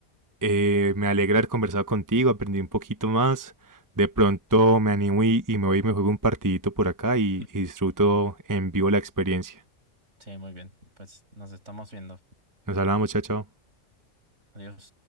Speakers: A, on the right; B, on the right.
A: Eh, me alegra haber conversado contigo, aprendí un poquito más. De pronto me animo y, y me voy y me juego un partidito por acá y,
B: <laughs>
A: y disfruto en vivo la experiencia.
B: Sí, muy bien. Pues nos estamos viendo.
A: Nos hablamos, chao, chao.
B: Adiós.